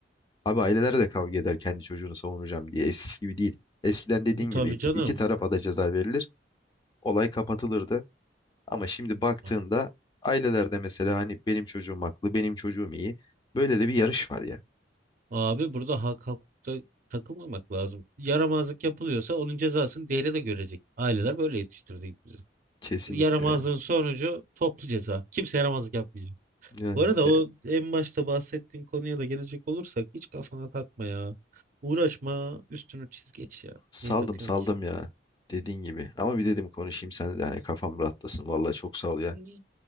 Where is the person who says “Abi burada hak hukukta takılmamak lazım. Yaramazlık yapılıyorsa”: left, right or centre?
Right